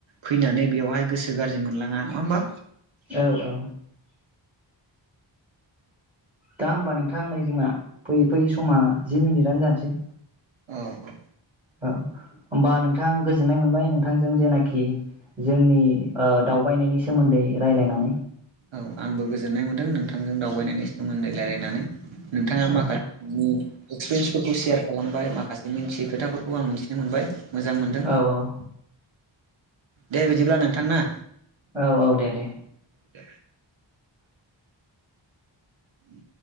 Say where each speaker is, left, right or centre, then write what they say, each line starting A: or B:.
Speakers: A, on the right (about 80°); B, on the right (about 15°).
A: फैनानै बेवहाय गोसो गाज्रि मोनलाङा नङा होमबा
B: औ-औ दा होमबा नोंथां नै जोंना फैयै-फैयै समा जि मिनिट आनो जानोसै
A: औ-औ
B: औ होमबा नोंथां गोजोननाय मोनबाय नोंथांजों जेनाखि जोंनि दावबायनायनि सोमोन्दै रायज्लायनानै
A: औ आंबो गोजोननाय मोन्दों नोंथांजों दावबायनायनि सोमोन्दै रायलायनानै नोंथाङा
B: औ
A: माखासेनि एक्सपिरियेन्सफोरखौ सेयार खालामबाय माखासे मिथियै खोथाफोरखौ आं मिथिनो मोनबाय। मोजां मोनदों।
B: औ औ
A: दे बिदिब्ला नोंथां ना
B: औ-औ दे-दे।
A: दे। उ